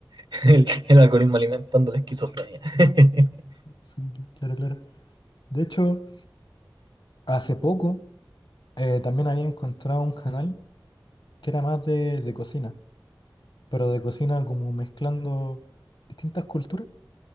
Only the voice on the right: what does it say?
<laughs> El, el algoritmo alimentando la esquizofrenia. <laughs>